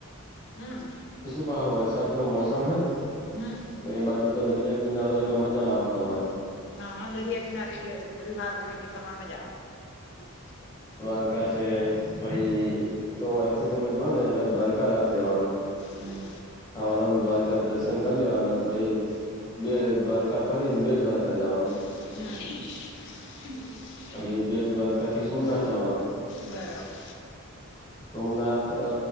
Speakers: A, on the left; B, on the left.
A: હમ્મ.
B: આ વરસાદ નો મોસમ હે ને
A: હમ્મ.
B: તો એ બાજુ તો દરિયા કિનારો એટલે મજા આવે ફરવાની
A: હા હા દરિયા કિનારે એટલે બધું સારું હોય એટલે ફરવાન મજા આવે
B: દ્વારકા છે પહી અઈથી તમે જોને એટલે દ્વારકા રાતે આવાનું
A: હમ
B: સવારમાં દ્વારકા દર્શન કર લેવાના પહિ બેટ દ્વારકા ફરીને બેટ દ્વારકા જવાનું
A: હમ્મ.
B: અહીં બેટ દ્વારકાથી સોમનાથ જાવાનું
A: બરાબર.
B: સોમનાથ અ